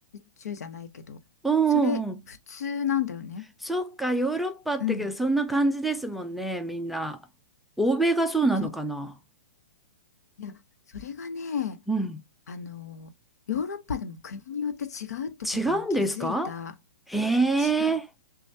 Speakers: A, on the left; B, in the centre.
A: チューじゃないけど、
B: うんうんうん。
A: それ普通なんだよね。
B: そっか、ヨーロッパってけど、
A: うん、
B: そんな感じですもんね、みんな。欧米がそうなのかな。
A: そう。いや、それがね、
B: うん。
A: あの、ヨーロッパでも国によって違うってことに気づいた。
B: 違うんですかへえ。
A: 違う。